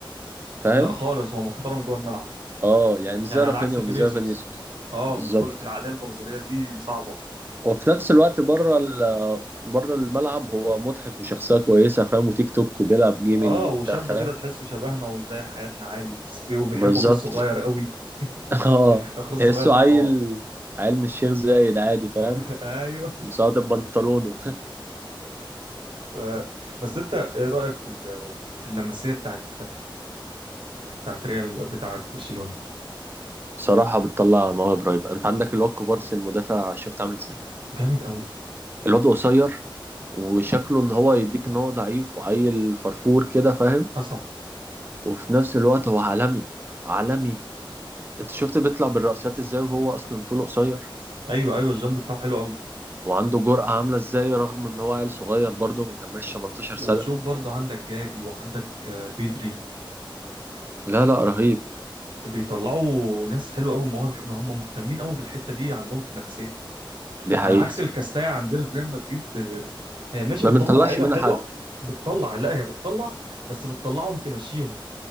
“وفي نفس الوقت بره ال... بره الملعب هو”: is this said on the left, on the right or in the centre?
Right